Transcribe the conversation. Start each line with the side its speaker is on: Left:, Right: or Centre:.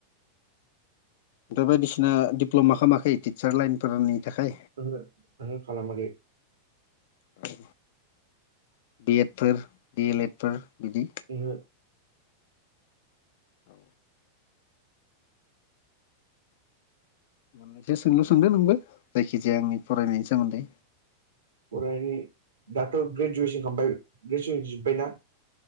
Left: ओमफ्राय बायदिसिना दिप्ल'मा खालामाखै टिचार लाइनफोरनि थाखाय
Right: ङो ङो खालाम दै
Left: औ बि एड फोर बि एल एड फोर बिदि
Right: ओहो
Left: औ। मोनैसो सोंलु सोंदो नोंबो जायखिजाया आंनि फरायनायनि सोमोन्दै।
Right: फरायनाय दाथ' ग्रेजुवेसन खालामबाय ग्रेजुवेसन जोब्बायना